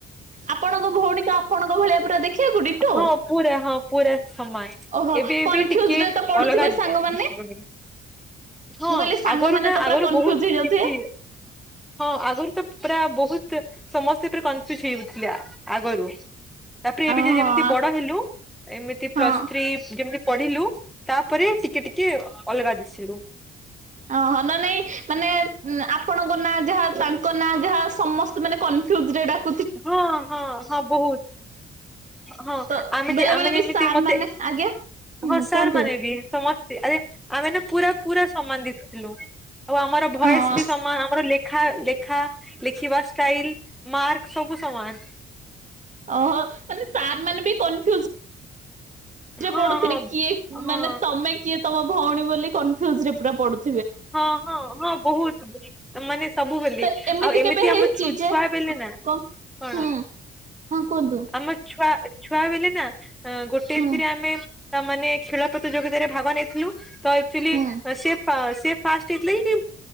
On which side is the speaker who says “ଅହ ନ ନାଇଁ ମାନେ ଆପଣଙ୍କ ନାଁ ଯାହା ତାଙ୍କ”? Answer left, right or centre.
Right